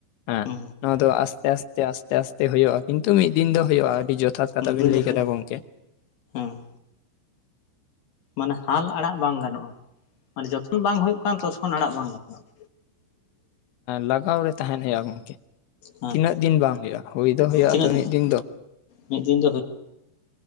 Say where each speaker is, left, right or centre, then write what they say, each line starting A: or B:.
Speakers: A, on the left; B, on the left.
A: ᱦᱮᱸ
B: ᱦᱩᱸ
A: ᱱᱚᱣᱟ ᱫᱚ ᱟᱥᱛᱮ, ᱟᱥᱛᱮ ᱟᱥ ᱟᱥᱛᱮ, ᱟᱥᱛᱮ ᱦᱳᱭᱳᱜ-ᱟ᱾ᱠᱤᱱᱛᱩ ᱢᱤᱫ ᱫᱤᱱ ᱫᱚ ᱦᱳᱭᱳᱜ-ᱟ ᱾ ᱟᱹᱰᱤ ᱡᱚᱛᱷᱟᱛ ᱠᱟᱛᱷᱟ
B: ᱢᱤᱫ
A: ᱵᱤᱱ
B: ᱫᱤᱱ
A: ᱞᱟᱹᱭ
B: ᱫᱚ ᱦᱩᱭᱩᱜᱼᱟ
A: ᱠᱮᱫᱟ ᱜᱚᱝᱠᱮ᱾
B: ᱦᱮᱸ ᱢᱟᱱᱮ ᱦᱟᱞ ᱟᱲᱟᱜ ᱵᱟᱝ ᱜᱟᱱᱚᱜ-ᱟ ᱾ ᱢᱟᱱᱮ ᱡᱚᱛᱠᱷᱚᱱ ᱵᱟᱝ ᱦᱳᱭᱳᱜ ᱠᱟᱱ ᱛᱚᱛᱠᱷᱚᱱ ᱟᱲᱟᱜ ᱵᱟᱝ ᱜᱟᱱᱚᱜ-ᱟ ᱾
A: ᱞᱟᱜᱟᱣ ᱨᱮ ᱛᱟᱦᱮᱱ ᱦᱳᱭᱳᱜ-ᱟ ᱜᱚᱝᱠᱮ ᱾
B: ᱦᱮᱸ
A: ᱛᱤᱱᱟᱹᱜ ᱫᱤᱱ ᱵᱟᱝ ᱦᱳᱭᱳᱜ-ᱟ ᱾ ᱦᱳᱭ ᱫᱚ ᱦᱳᱭᱳᱜ-ᱟ
B: ᱛᱤᱱᱟᱹᱜ
A: ᱛᱚ ᱢᱤᱫ ᱫᱤᱱ ᱫᱚ ᱾
B: ᱢᱤᱫ ᱫᱤᱱ